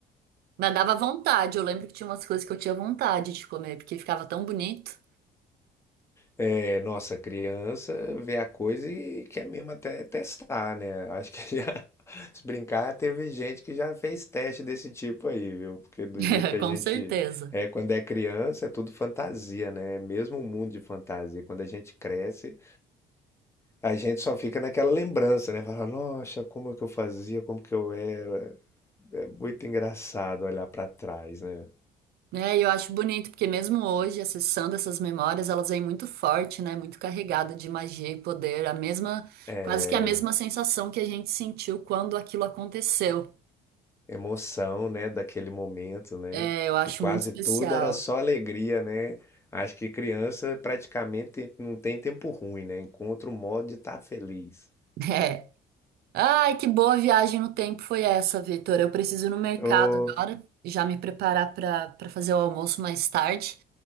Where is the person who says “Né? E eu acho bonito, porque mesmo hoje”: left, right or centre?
Right